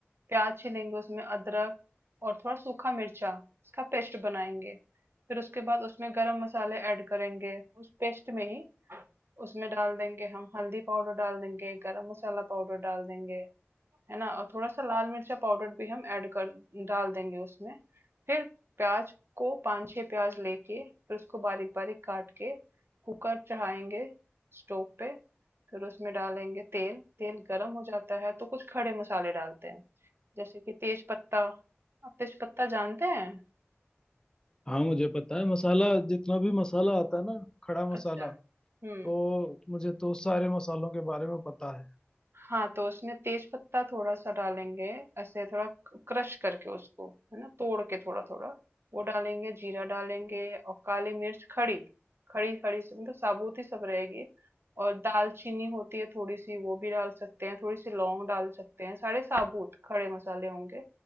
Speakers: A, on the right (about 60°); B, on the left (about 15°).
A: प्याज छीलेंगे उसमें अदरक और थोड़ा सूखा मिर्चा इसका पेस्ट बनाएंगे फिर उसके बाद उसमें गरम मसाले ऐड करेंगे उस पेस्ट में ही उसमें डाल देंगे हम हल्दी पाउडर डाल देंगे, गरम मसाला पाउडर डाल देंगे, है ना? और थोड़ा-सा लाल मिर्चा पाउडर भी हम ऐड कर डाल देंगे उसमें। फिर प्याज़ को 5-6 प्याज़ लेके फिर उसको बारीक-बारीक काट के कुकर चढ़ाएँगे स्टोव पे, फिर उसमें डालेंगे तेल, तेल गरम हो जाता है तो कुछ खड़े मसाले डालते हैं, जैसे कि तेज पत्ता, आप तेज पत्ता जानते हैं?
B: हाँ मुझे पता है मसाला जितना भी मसाला आता है ना खड़ा मसाला
A: अच्छा, हुँ।
B: तो मुझे तो सारे मसालों के बारे में पता है
A: हाँ तो उसमें तेज पत्ता थोड़ा सा डालेंगे ऐसे थोड़ा क्रश करके उसको है ना तोड़ के थोड़ा थोड़ा वो डालेंगे जीरा डालेंगे और काली मिर्च खड़ी खड़ी खड़ी सब मतलब साबुत ही सब रहेगी और दालचीनी होती है थोड़ी सी वो भी डाल सकते हैं थोड़ी सी लौंग डाल सकते हैं सारे साबुत खड़े मसाले होंगे